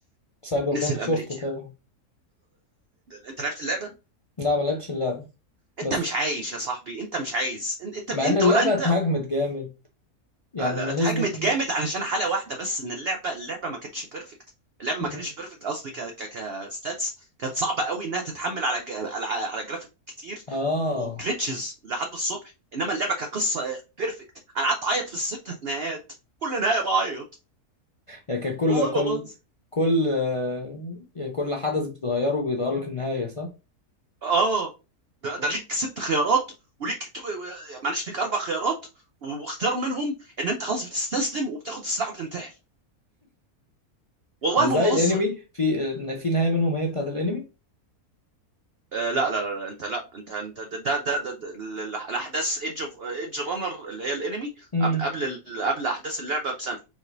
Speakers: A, on the left; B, on the right.
A: سايبر
B: نزل
A: بانك شفته
B: امريكا
A: طبعا
B: انت لعبت اللعبه
A: لا ما لعبتش اللعبه
B: انت
A: بس
B: مش
A: ش-
B: عايش يا صاحبي انت مش عايز انت انت
A: مع
B: انت
A: ان اللعبه
B: ولا انت
A: اتهاجمت جامد يعني
B: آه، لا،
A: لما
B: اتهاجمت
A: نزلت
B: جامد علشان حالة واحدة بس ان اللعبة اللعبة ما كانتش بيرفكت اللعبة ما
A: مم.
B: كانتش بيرفكت قصدي ك ك كستاتس كانت صعبة قوي انها تتحمل على ج- على على جرافيك كتير
A: اه
B: وجلitches لحد الصبح انما اللعبة كقصة بيرفكت انا قعدت اعيط في الست نهايات كل نهاية بعيط
A: يعني كان كل
B: والله
A: كل
B: ما بهزر
A: كل آه، يعني كل حدث بتغيره بيغير لك النهايه صح
B: اه ده, ده ليك ست خيارات وليك تو- معلش ليك اربع خيارات واختار منهم ان انت خلاص بتستسلم وبتاخد السلاح وبتنتحر والله
A: ده
B: ما
A: زي
B: بهزر
A: الانمي في آه، في نهايه منهم هي بتاعت الانمي
B: آه لا لا لا لا، انت لا انت انت ده ده ده, ده, ده ال- الاحداث ايدج اوف ايدج رانر اللي هي الانمي
A: امم
B: قبل قبل ال- قبل احداث اللعبه بسنه